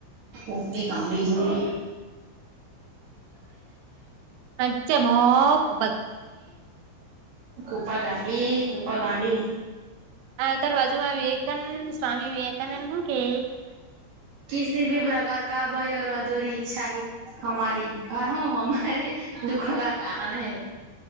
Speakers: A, on the right; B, on the right.
A: ઉપડી કા બીજું
B: પચ મો <inaudible>
A: કૂપા ગાંડી કૂપા ગાંડી
B: અ તાર બાજુમાં વિવેકાનંદ સ્વામી વિવેકાનંદ હું કે
A: કસી ભી પ્રકાર કા ભય ઓર અધૂરી ઈચ્છા હી હમારી હા હમારે દુખ કા કારણ હૈ.